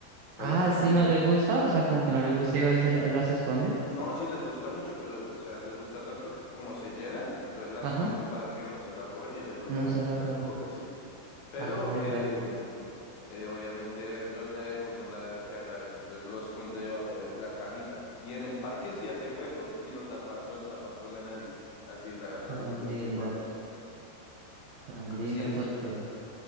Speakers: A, on the left (about 80°); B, on the right (about 85°).
A: o
B: Ah,
A: la <laughs> esconde
B: si no le gusta, o sea, como que no le gusta y ahí se la- las esconde.
A: No, sí le gusta mucho, pero, o sea, le gusta tanto que como se llena, entonces la esconde
B: Ajá.
A: para que no se la roben y ella luego
B: No
A: va
B: se
A: y
B: la
A: las
B: roba.
A: coge, sí. Pero
B: Ay,
A: eh,
B: pero
A: eh, obviamente no le dejo, no la dejo que haga eso, entonces lo esconde debajo de la camita. Y en el parque sí hace huecos y lo tapa, los tapa con la nariz. Así la- las
B: tan
A: cosas
B: linda,
A: que guarda.
B: tan linda
A: Sí, eso
B: porque,
A: es perro.